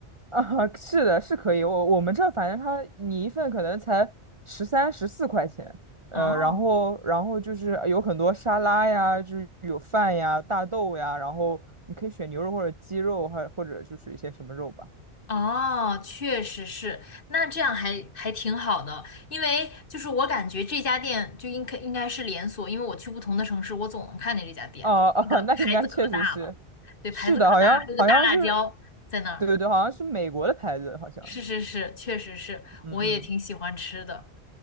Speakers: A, on the right; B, on the left.
A: 啊，<laughs> 是的，是可以。我我们这儿反正它你一份可能才十三、十四块钱，呃，
B: <laughs> 哦。
A: 然后然后就是呃有很多沙拉呀，就是有饭呀、大豆呀，然后你可以选牛肉或者鸡肉，还或者就是一些什么肉吧。
B: 哦，确实是，那这样还还挺好的，因为就是我感觉这家店就应该应该是连锁，因为我去不同的城市，我总能看见这家店，
A: 哦哦，
B: 那个牌子可大了，
A: 那应该确实是，
B: 对，
A: 是的，
B: 牌子可大，
A: 好像好像是，
B: 还有个大辣椒在那儿，
A: 对对对，好像是美国的牌子，好像，
B: 是是是，确实是，
A: 嗯嗯
B: 我也挺喜欢吃的，